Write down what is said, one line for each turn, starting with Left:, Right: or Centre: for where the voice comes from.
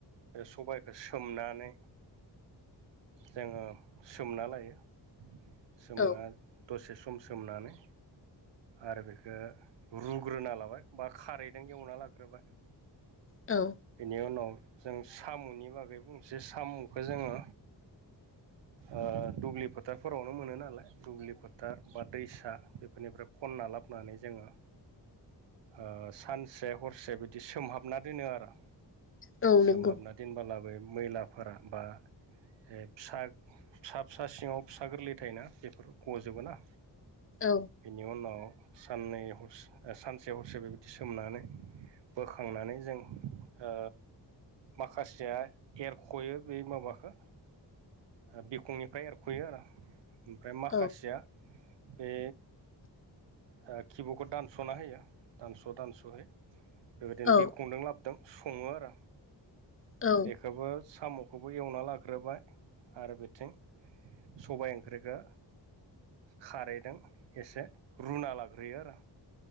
Right: आरो सबायखौ सोमनानै जोङो सोमना लायो सोमना
Left: औ
Right: दसे सम सोमनानै। आरो बेखो रुग्रोना लाबाय बा खारैदों एवना लाग्रोबाय।
Left: औ
Right: बेनि उनाव जों साम'नि बागै बुंसै साम'खौ जोङो ओ दुब्लि फोथारफोरावनो मोनो नालाय दुब्लि फोथार बा दैसा बेफोरनिफ्राय खनना लाबोनानै जोङो ओ सानसे हरसे बिदि सोमहाबना दोनो आरो।
Left: औ
Right: सोमहाबना
Left: नंगौ
Right: दोनबोलाबो मैलाफोरा बा हे फिसा फिसा फिसा सिङाव फिसा गोरलै थायोना बेफोर गजोबोना।
Left: औ।
Right: बेनि उनाव साननै हर्स सानसे हरसे बेबायदि सोमनानै बोखांनानै जों ओ माखासेया एरख'यो बे माबाखो बिखंनिफ्राय एरख'यो आरो ओमफ्राय माखासेया
Left: औ
Right: बे ओ खिब'खौ दानस'ना होयो दानस' दानस'है बेबायदिनो
Left: औ
Right: बिखंदों लाबदों सङो आरो
Left: औ
Right: बेखौबो साम' बेखौबो एवना लाग्रोबाय आरो बेथिं सबाय ओंख्रिखौ खारैदों एसे रुना लाग्रोयो आरो